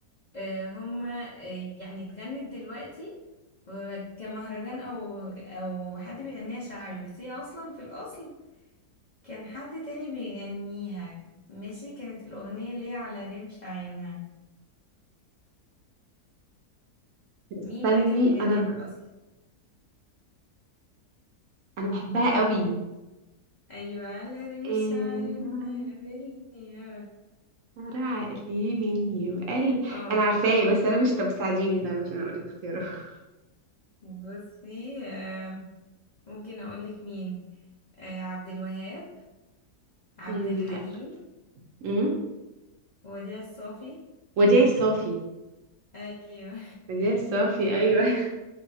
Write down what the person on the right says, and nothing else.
استني
انا ب...
انا بحبها قوي
إيه...
ترى عقلي مني وقلبي
انا عارفاه بس انا مش طب ساعديني طيب عشان اقول لك اختياره <laughs>
أمم،
لا امم
وديع الصافي
مدينة الصافي أيوة <laughs>